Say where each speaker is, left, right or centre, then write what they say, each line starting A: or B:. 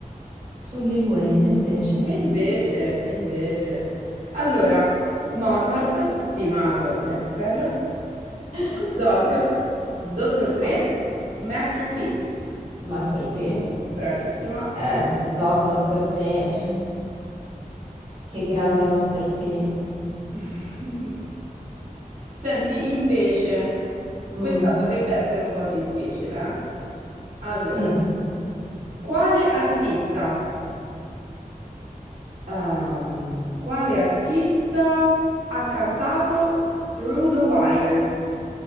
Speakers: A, on the right; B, on the right.
A: su Lil Wayne, invece.
B: E invece, e invece. Allora, Mozart, stimato rapper,
A: <laughs>
B: Snoop Dogg, Dr. Dre,
A: No,
B: Master P.
A: no. Master P,
B: Bravissima.
A: eh, Snoop Dogg, Dr. Dre, che grande Master P.
B: <laughs> Senti, invece,
A: Mm,
B: questa potrebbe essere un po' difficile, eh? Allora,
A: mm.
B: quale artista, ehm, quale artista ha cantato Through the Wire?